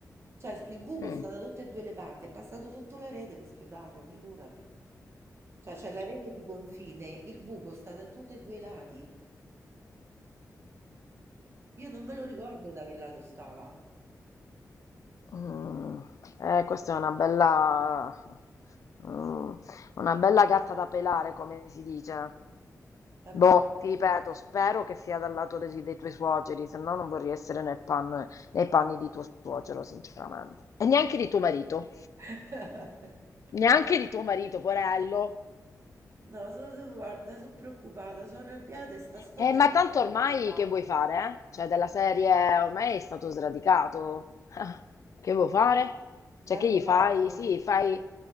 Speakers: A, on the right; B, on the left.
A: Cioè, il buco
B: Mm.
A: sta da tutte e due le parti, è passato sotto la rete per schiodarlo, figurati. Cioè, c'è la rete di confine, il buco sta da tutti e due i lati. Io non me lo ricordo da che lato stava.
B: Mm. Eh, questa è una bella, mm, una bella gatta da pelare, come si dice.
A: È
B: Boh,
A: brutto.
B: ti ripeto, spero che sia dal lato dei, dei tuoi suoceri, se no non vorrei essere nel panno- nei panni di tuo suocero, sinceramente. E neanche di tuo marito,
A: <laughs>
B: neanche di tuo marito, porello.
A: No, sono, sono- guarda, sono preoccupata, sono arrabbiata e sta storia
B: Eh, ma
A: mi
B: tanto
A: sta
B: ormai
A: stressando.
B: che vuoi fare, eh? Cioè, della serie ormai è stato sradicato. <laughs> Che vuoi fare? Cioè,
A: Danno
B: che gli fai?
A: fatto,
B: Sì,
A: dici.
B: fai...